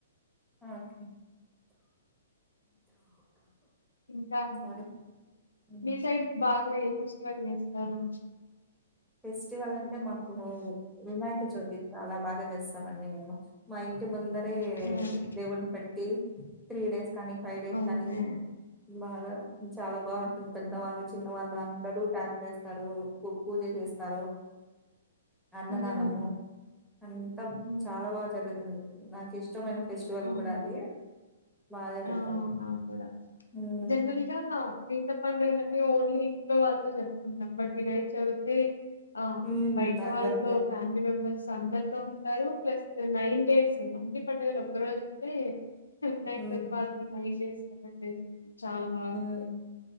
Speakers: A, in the centre; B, on the left.
A: ఓకే
B: ఇంకా అండి
A: సారీ హ్మ్.
B: మీ సైడ్ కి బాగా ఫ్రెష్గా చేస్తారు
A: ఫెస్టివల్ అంటే మాకు వినాయక చవితి చాలా బాగా చేస్తామండి మేము మా ఇం టి ముందరే
B: హ్మ్.
A: దేవుడిని పెట్టి త్రీ డేస్ కానీ ఫైవ్ డేస్
B: ఓకే.
A: కానీ మగా చాలా బావుంటుంది పెద్దవాళ్ళు చిన్న వాళ్ళు అందరూ డ్యాన్స్ చేస్తారు పు పూజ చేస్ తారు అన్నదానము
B: హ్మ్.
A: అంతా
B: హ్మ్.
A: చాలా బాగా జరుగుతుది నాకు ఇష్టమైన ఫెస్టివల్
B: అవును.
A: కూడా అది బాగా జరుగుతుంది
B: ఆ నా కూడా
A: ఉమ్
B: జనరల్గా పీర్ల పండుగకు <unintelligible> ఓన్లీ ఇంట్లో వాళ్ళతో చెప్పుకుంటాం బట్ వినాయక్ చవితి ఆ
A: ఉమ్
B: బయట
A: అందరం
B: వాళ్ళతో
A: కలిసి
B: ఫ్యామిలీ మెంబర్స్ అందరితో టారూ ప్లస్ నైన్ డేస్ అన్ని పండగలు ఒక్కరోజు అంటే నై
A: ఉమ్
B: <inaudible> <unintelligible> నైన్ డేస్ లెవెన్ డేస్ చాలా బాగుంటది
A: ఉమ్